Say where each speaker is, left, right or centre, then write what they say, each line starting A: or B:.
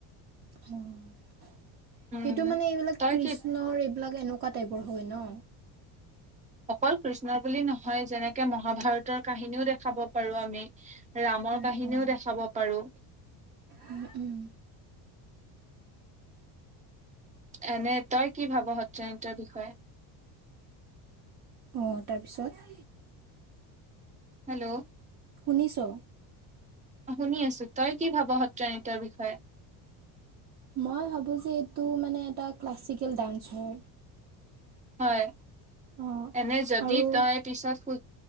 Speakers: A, on the right; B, on the right.
A: সেইটো
B: উম
A: মানে এইবিলাক
B: তই
A: কৃষ্ণৰ
B: কি
A: এইবিলাক এনেকুৱা টাইপৰ হয় ন?
B: অকল কৃষ্ণ বুলি নহয়, যেনেকে মহাভাৰতৰ কাহিনীও দেখাব পাৰো আমি ৰামৰ
A: উম,
B: কাহিনীও দেখাব পাৰো।
A: উম উম।
B: এনে তই কি ভাব সত্ৰীয়া নৃত্যৰ বিষয়ে?
A: অঁ তাৰপিছত
B: হেল্ল'!
A: শুনিছো।
B: শুনি আছো। তই কি ভাব সত্ৰীয়া নৃত্যৰ বিষয়ে?
A: মই ভাবো যে এইটো মানে এটা ক্লাছিকেল ডান্স হয়।
B: হয়
A: অ
B: এনে যদি
A: আৰু
B: তই পিছত সু